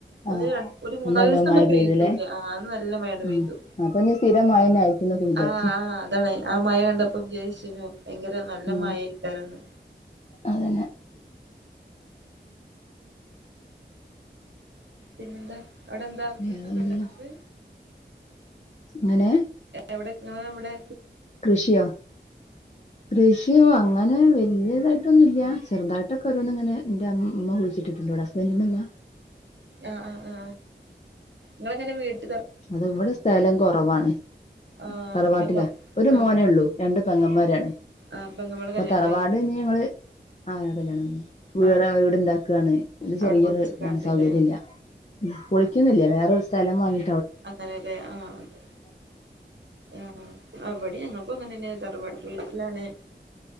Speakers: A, on the right (about 80°); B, on the left (about 40°).
A: ഒന്ന്
B: ആഹ്
A: ര ഒരു മൂന്നാല്
B: അന്ന് നല്ലോം
A: ദിവസം
B: മഴ
A: പെയ്യാത്തുല്ല
B: പെയ്തില്ലേ
A: ആ നല്ല മഴണ്ട്‌ പെയ്തു
B: ഉം അപ്പൊ ഇനി സ്ഥിരം മഴ തന്നെ ആയിരിക്കുംന്നൊക്കെ വിചാരിച്ച്
A: ആ ആ ആ അതാണ് ആ മയ കണ്ടപ്പം വിജാരിച്ചിനു ഭയങ്കര നല്ല
B: ഉം
A: മായേരിക്കുന്നു രുന്നു
B: അതന്നെ
A: പിന്നെന്താ അടന്താ കൃഷിക്കൊണ്ടോ
B: വേറെന്താ
A: നിങ്ങക്ക്
B: അങ്ങനെ
A: എവിടെ ഇവിടെ
B: കൃഷിയോ കൃഷി അങ്ങനെ വ വല്യതായിട്ടന്നുല്ല ചെറുതായിട്ടൊക്കെഓരോന്നങ്ങെ എന്റ അമ്മ കുഴിച്ചിട്ടുണ്ടിവിടെ ഹസ്ബൻഡറിന്റെമ്മ
A: ആ ആ ആ നിങ്ങളങ്ങനെ വീട്ട
B: അത് ഇവിടെ സ്ഥലം കുറവാണ്
A: ആഹ്
B: തറവാട്ടിലാ
A: ഞങ്ങ
B: ഒരു
A: ആഹ്
B: മോനെ
A: തറവാ
B: ഉള്ളൂ രണ്ട് പെങ്ങന്മാരാണ്
A: ആഹ് പെങ്ങമ്മാടെ
B: അപ്പ
A: കല്യാണം
B: തറവാട്
A: കഴിഞ്ഞ്
B: ഇനി ഞങ്ങള് ആ കല്യാണം കഴിഞ്ഞ്
A: ആഹ്
B: വീട്ണ്ടാക്കാണ് ഇത് ചെറിയൊരു
A: അവിടെ പൊളിച്ചിക്കാണ്ട്ല്ലേ
B: ഇതാണ് സൗകര്യം ഇല്ല പൊളിക്കുന്നില്ല വേറൊരു സ്ഥലം വാങ്ങി
A: അങ്ങനെല്ലെ ആ അതെ ആ അവിടെ ഞങ്ങൾക്കും അങ്ങനെന്നെ തറവാട്ട് വീട്ടിലാണ്